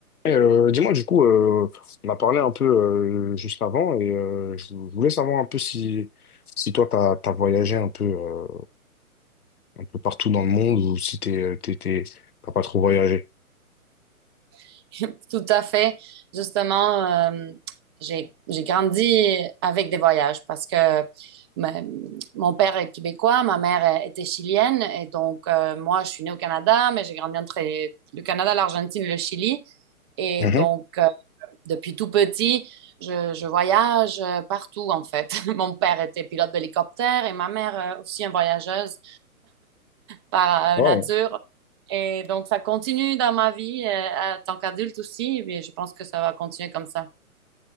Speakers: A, on the left; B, on the right.
A: Et, euh, dis-moi, du coup, euh, on a parlé un peu euh, juste avant et euh, je voulais savoir un peu si, si toi, t'as, t'as voyagé un peu, euh, un peu partout dans le monde ou si t'es, euh, t'es, t'es- t'as pas trop voyagé.
B: <laughs> Tout à fait. Justement, euh, j'ai, j'ai grandi avec des voyages parce que ma- mon père est québécois, ma mère est- était chilienne et donc euh, moi, je suis née au Canada, mais j'ai grandi entre le Canada, l'Argentine et le Chili. Et
A: Mhm.
B: donc, euh, depuis tout petit, je, je voyage euh, partout en fait. <laughs> Mon père était pilote d'hélicoptère et ma mère euh, aussi une voyageuse par
A: Wow.
B: nature. Et donc, ça continue dans ma vie, euh, en tant qu'adulte aussi, et je pense que ça va continuer comme ça.